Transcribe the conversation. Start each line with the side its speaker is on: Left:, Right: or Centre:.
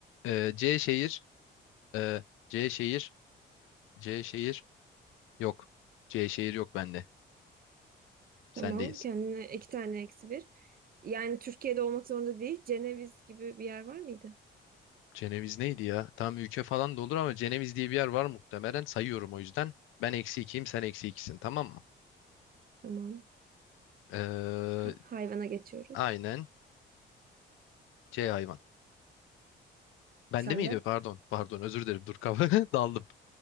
Left: Ee, C şehir. Ee, C şehir. C şehir. Yok. C şehir yok bende. Sendeyiz.
Right: Tamam kendine iki tane eksi bir. Yani Türkiye'de olmak zorunda değil. Ceneviz gibi bir yer var mıydı?
Left: Ceneviz neydi ya? Tam ülke falan da olur ama Ceneviz diye bir yer var muhtemelen. Sayıyorum o yüzden. Ben eksi ikiyim sen eksi ikisin tamam mı?
Right: Tamam.
Left: Ee,
Right: Ha, hayvana geçiyoruz.
Left: aynen. C hayvan. Bende
Right: sen
Left: miydi?
Right: de?
Left: Pardon. Pardon özür dilerim. Dur kafa <laughs> daldım.